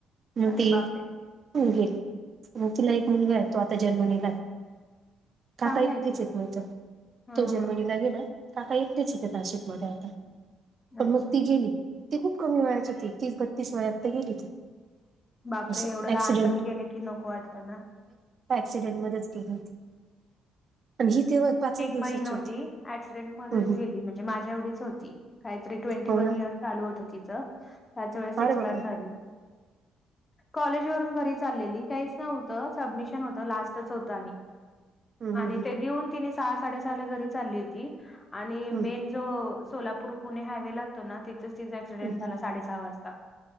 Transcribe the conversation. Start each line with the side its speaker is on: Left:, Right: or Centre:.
Right: म
Left: अरे
Right: ती
Left: बापरे
Right: मुलगी तिला एक मुलगा आहे तो आता जर्मनीला का
Left: चांगलं
Right: का <inaudible> इथेच
Left: आहे की
Right: येत मित
Left: हा
Right: तो
Left: हा
Right: जर्मनीला गेला काका येतेच इथे नाशिक मध्ये आता पण
Left: हा अच्छा.
Right: मग ती गेली. ती खूप कमी वयाची हो त तीस बत्तीस वयात तर गेली ती
Left: बापरे
Right: असं
Left: एवढं
Right: ऍक्सिडेंट
Left: लहानपणी गेले की नको वाटतं ना,
Right: असिसिडेन्ट मध्ये च गेले होते. म्हणजे तेव्हा पाचच दिवसाची
Left: बहिन होती असिसिडेन्ट मध्ये
Right: हम्म, हम्म.
Left: गेली, म्हणजे माझ्या एवढीच होती काहीतरी ट्वेंटी
Right: हो
Left: वन
Right: ना
Left: इयर चाल होत ति त्याच वेळेस एक्सपायर
Right: अरे बापरे
Left: झाले.
Right: <unintelligible>
Left: कॉलेज वरून घरी चाललेली काहीच नव्हतं सबमिशन होतं लास्टच होतं आणि
Right: हम हम
Left: आणि
Right: हम
Left: ते देऊन ति सहा साडे सहा घरी चालली होती आणिे
Right: हम्म,
Left: जो सोलापूर पुणे हायवे लागतो ना तितच तिझा असिसिडेन्ट
Right: हम्म.
Left: झाला साडे सहा वाजता,